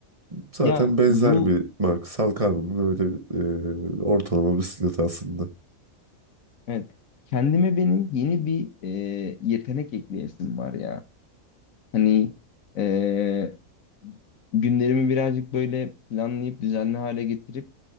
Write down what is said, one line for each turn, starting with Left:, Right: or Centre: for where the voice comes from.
Right: Zaten
Left: Ya
Right: benzer
Left: bu
Right: bir marka. Salkarma'nın öyle bir, e, ortalama bisikleti aslında.
Left: evet kendime benim yeni bir e, yetenek ekleyesim var ya. Hani e, günlerimi birazcık böyle planlayıp düzenli hale getirip